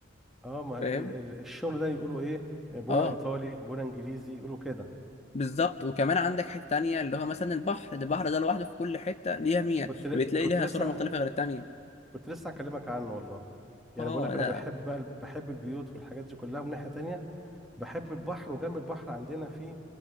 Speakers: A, in the centre; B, on the left.
A: اه ما ال-
B: فاهم
A: ال- الشغل ده يقولوا ايه بونا
B: اه
A: ايطالي بونا انجليزي يقولوا كده
B: بالظبط وكمان عندك حته تانية اللي هو مثلا البحر ده البحر ده لوحده في كل حته ليها مية
A: كنت ل-
B: بتلاقي
A: كنت
B: ليها
A: لسه
B: صوره مختلفه غير التانية
A: كنت لسه اكلمك عنه والله يعني
B: اه
A: بقول لك
B: لا
A: انا بحب بقى ال- بحب البيوت والحاجات دي كلها من ناحية تانية بحب البحر وجنب البحر عندنا في